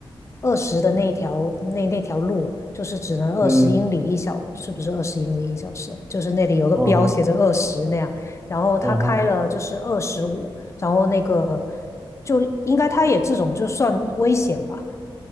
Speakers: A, on the left; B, on the right.
A: 二十的那一条那那条路，就是只能二十英里一小，
B: 嗯，
A: 是不是二十英里一小时？就是那里有个标写着二十那样，
B: 哦哈，
A: 然后他开了就是二十五，
B: 哦哈，
A: 然后那个就应该他也这种就算危险吧，